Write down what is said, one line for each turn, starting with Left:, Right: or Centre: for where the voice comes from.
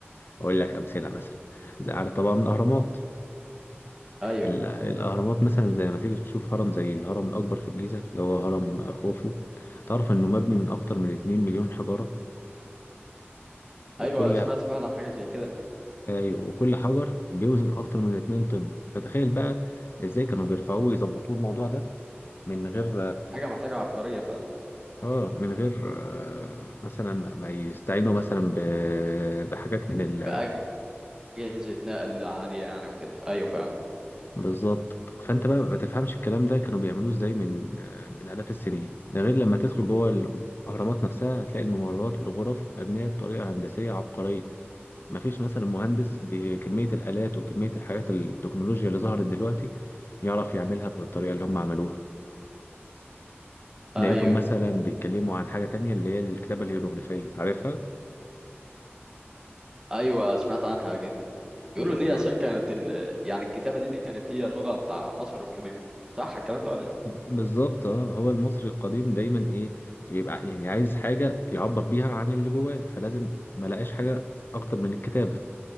Left: اقول لك امثله مثلا زي عارف طبعا الاهرامات
Right: ايوه
Left: ال- الأهرامات مثلا زي ما تيجي تشوف هرم زي الهرم الأكبر في الجيزة اللي هو هرم خوفو تعرف إنه مبني من أكتر من 2 مليون حجرة وكل
Right: ايوه سمعت فعلا حاجه زي كده
Left: أيوة وكل حجر بيوزن أكتر من 2 طن فتخيل بقى إزاي كانوا بيرفعوه ويظبطوه الموضوع ده من غير
Right: حاجه محتاجه عبقريه
Left: آه من غير آه مثلا ما يستعينوا مثلا ب- بحاجات من ال
Right: فعلا أجهزة نقل عالية يعني وكده أيوة فاهمك
Left: بالظبط فانت بقى ما تفهمش الكلام ده كانوا بيعملوه ازاي من آه، من آلاف السنين ده غير لما تدخل جوه الاهرامات نفسها هتلاقي الممرات والغرف مبنيه بطريقه هندسيه عبقريه ما فيش مثلا مهندس بكميه الالات وكميه الحاجات التكنولوجيا اللي ظهرت دلوقتي يعرف يعملها بالطريقه اللي هم عملوها لقيتهم
Right: أيوة
Left: مثلا بيتكلموا عن حاجه تانية اللي هي الكتابه الهيروغليفيه عارفها
Right: أيوة سمعت عنها جدا بيقولوا
Left: بالظبط
Right: إن هي عشان كانت ال... يعني الكتابة دي دي كانت هي اللغة بتاع مصر القديمة صح الكلام ده ولا إيه؟
Left: بالظبط اه هو المصري القديم دايما ايه بيبقى يعني عايز حاجه يعبر بيها عن اللي جواه فلازم ما لقاش حاجه اكتر من الكتابه